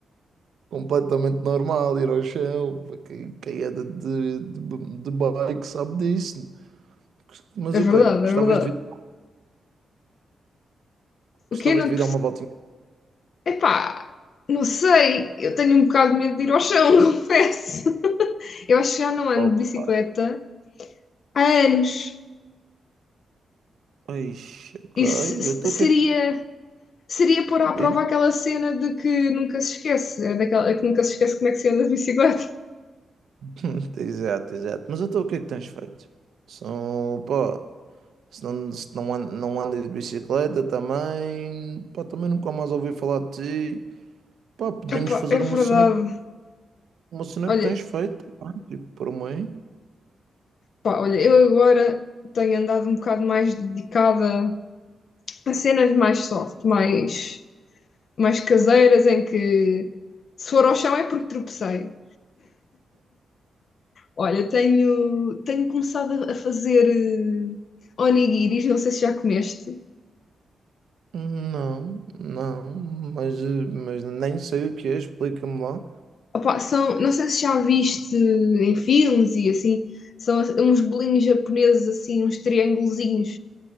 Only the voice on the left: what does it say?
É
verdade,
é verdade.
O
quê? Não,
Epá, não sei, eu tenho um bocado de medo de ir ao chão, <laughs> confesso. Eu acho que já não ando
de bicicleta há anos.
Isso
seria,
seria pôr à prova
aquela cena de que nunca se esquece, é daquela que nunca se esquece como é que se anda de bicicleta.
Epá,
é verdade.
Olha,
pá, olha, eu agora tenho andado um bocado mais dedicada a cenas mais soft, mais, mais caseiras, em que se for ao chão é porque tropecei. Olha, tenho, tenho começado a fazer eh, onigiris, não sei se já comeste.
Opa, são, não sei se já viste em filmes e assim, são uns bolinhos japoneses assim, uns triângulozinhos